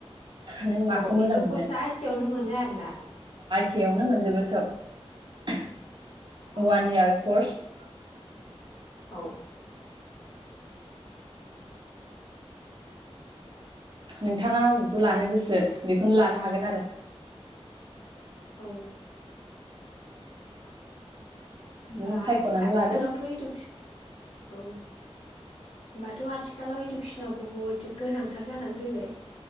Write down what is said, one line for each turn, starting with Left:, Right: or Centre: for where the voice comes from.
Right: नों माखौ
Left: अ बेबो
Right: मोजां मोनो
Left: खसा आइ थि आइ यावनो मोनो आरोना।
Right: थियावनो मोन जोबो सब।
Left: अ
Right: वान इयार कर्स।
Left: औ।
Right: नोंथाङा अबेखौ लानो गोसो बेखौनो लानो हागोन आरो।
Left: औ।
Right: नों
Left: बा आथि-
Right: सायख'नानै
Left: आथिखालावथ'
Right: लादो
Left: इदुकेस औ होमबाथ' आथिखालाव इदुकेसनाव बहुत गोनांथार जानानै फैबाय।